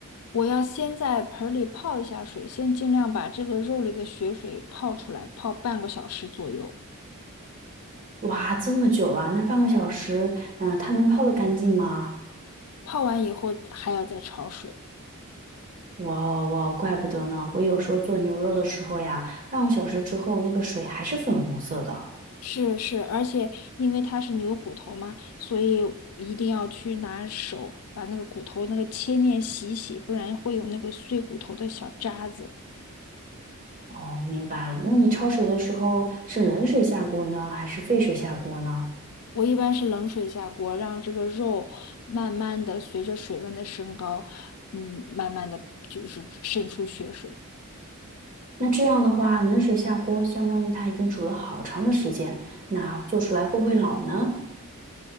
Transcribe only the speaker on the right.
哇，这么久啊，那半个小时，嗯、它能泡得干净吗？
哇哦哇哦，怪不得呢！我有时候做牛肉的时候呀，半个小时之后那个水还是粉红色的。
哦，明白了。那你焯水的时候是冷水下锅呢，还是沸水下锅呢？
那这样的话，冷水下锅相当于它已经煮了好长的时间，那做出来会不会老呢？